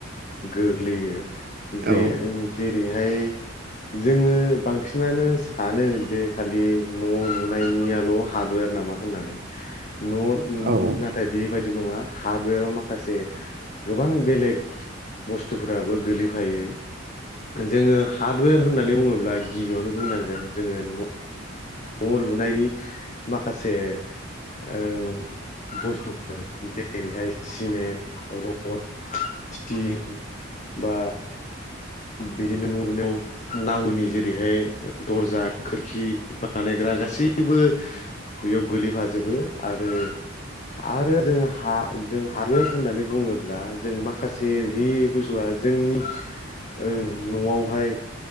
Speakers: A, on the left; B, on the right.
A: गोग्लैयो
B: नोंथां
A: जे जेरैहाय जोङो बांसिनानो सानो जे खालि न' लुनायनियाल' हार्डवेर नामा होननानै न'
B: औ औ
A: नाथाय बेबायादि नङा हार्डवेराव माखासे गोबां बेलेग बुस्थुफोराबो गोलैफायो जोङो हार्डवेर होननानै बुङोब्ला गिबियावनो बुंनांगोन जोङो न' न' लुनायनि माखासे ओं बुस्थुफोर जेरैहाय सिमेन्ट रड थिं बा बिदिनो न'लुनायाव नांगौनि जेरैहाय दर्जा खोरखि बा बानायग्रा गासैबो बेयाव गोलैफाजोबो आरो आरो जों हा हार्वद होनानानै बुङोब्ला जों माखासे जि बुस्थुआ जोंनि ओं न'आवहाय